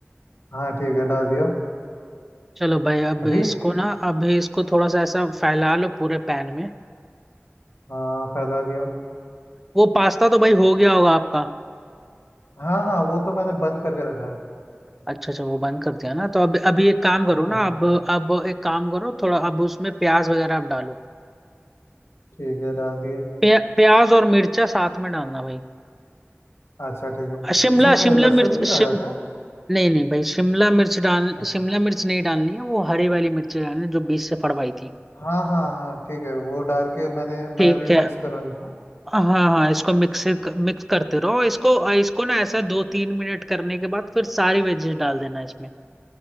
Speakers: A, on the left; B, in the centre.
A: हाँ ठीक है डाल दिया
B: चलो भाई अब
A: अभी
B: इसको ना अभी इसको थोड़ा सा ऐसा फैला लो पूरे पैन में
A: हाँ फैला दिया
B: वो पास्ता तो भाई हो गया होगा आपका
A: हाँ हाँ वो तो मैंने बंद करके रखा है
B: अच्छा अच्छा वो बंद कर दिया ना तो अब अभी एक काम करो
A: हाँ
B: ना
A: हाँ
B: अब अब एक काम करो थोड़ा अब उसमें प्याज वगैरह आप डालो
A: ठीक है डाल दिए
B: प्या, प्याज और मिर्चा साथ में डालना भाई
A: अच्छा ठीक है
B: शिमला
A: इसमें
B: शिमला
A: लहसुन
B: मिर्च
A: नहीं
B: शिम
A: जाएगा क्या
B: नहीं नहीं भाई शिमला मिर्च डाल
A: अच्छा
B: शिमला मिर्च नहीं डालनी है वो हरी वाली मिर्च डालनी है, जो बीच से फड़वाई थी
A: हाँ हाँ हाँ ठीक है वो डाल के मैंने
B: ठीक
A: मैं अभी मिक्स
B: है
A: कर रहा हूँ इनको
B: हाँ हाँ इसको मिक्स मिक्स करते रहो इसको इसको ना ऐसा दो तीन मिनट करने के बाद फिर सारी वेजेस डाल देना इसमें